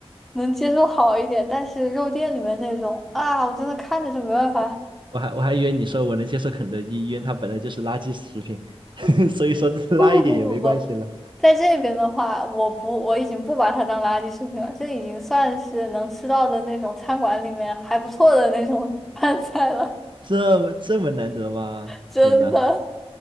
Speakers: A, in the centre; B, on the right (about 45°).
A: 能接受好一点。但是肉店里面那种啊，我真的看着就没办法。
B: 我我还我还以为你说我能接受肯德基，因为它本来就是垃圾食品，<laughs> 所以说拉一点也没关系了。
A: <laughs> 不不不不不。在这边的话，我不，我已经不把它当垃圾食品了，这已经算是能吃到的那种餐馆里面还不错的那种 <laughs> 饭菜了，
B: 这这么难得吗？
A: 真的。
B: 天呐，